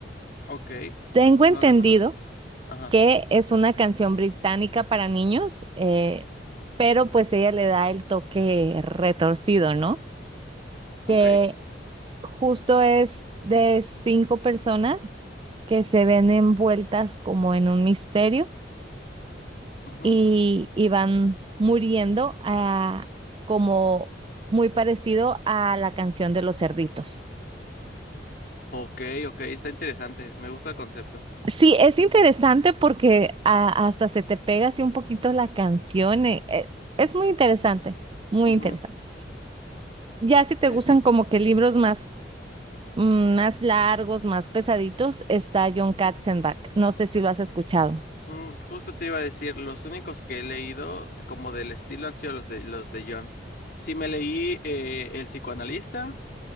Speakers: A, on the left; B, on the right.
A: Ok,
B: Tengo
A: no
B: entendido
A: la conozco. Ajá,
B: que es una canción británica para niños, eh, pero pues ella le da el toque retorcido, ¿no?
A: ok.
B: que Justo es de cinco personas que se ven envueltas como en un misterio
A: ujú.
B: y, y van muriendo ah, como muy parecido a la canción de los cerditos.
A: Ok, ok, está interesante, me gusta el concepto.
B: Sí, es interesante porque ah, hasta se te pega así un poquito la canción. eh, eh, es muy interesante, muy
A: Ujú,
B: interesante. Ya si te
A: Sí,
B: gustan como que libros más, mm, más largos, más pesaditos, está John Katzenbach. No sé si lo has escuchado.
A: Mm, justo te iba a decir, los únicos que he leído como del estilo han sido los de los de John. Sí me leí eh, El psicoanalista,